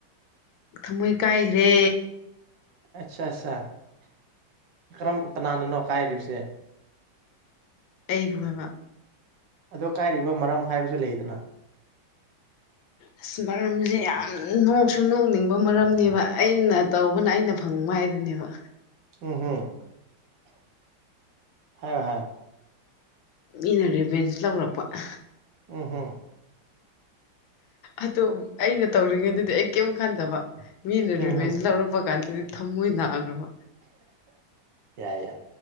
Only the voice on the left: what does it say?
ꯊꯃꯣꯏ ꯀꯥꯏꯈ꯭ꯔꯦ
ꯑꯩꯕꯨ ꯍꯥꯏꯕ
ꯑꯁ ꯃꯔꯝꯁꯦ ꯌꯥꯝ ꯅꯣꯛꯁꯨ ꯅꯣꯛꯅꯤꯡꯕ ꯃꯔꯝꯅꯦꯕ ꯑꯩꯅ ꯇꯧꯕꯅ ꯑꯩꯅ ꯐꯪꯕ ꯍꯥꯏꯗꯨꯅꯦꯕ
ꯃꯤꯅ ꯔꯤꯚꯦꯟꯁ ꯂꯧꯔꯛꯄ ꯑ
ꯑꯗꯨꯝ ꯑꯩꯅ ꯇꯧꯔꯤꯉꯩꯗꯗꯤ ꯑꯩ ꯀꯩꯝ ꯈꯟꯗꯕ ꯃꯤꯅ
ꯔꯤꯕꯦꯟꯁ
ꯂꯧꯔꯛꯄ ꯀꯥꯟꯗꯗꯤ ꯊꯃꯣꯏ ꯅꯥꯈ꯭ꯔꯕ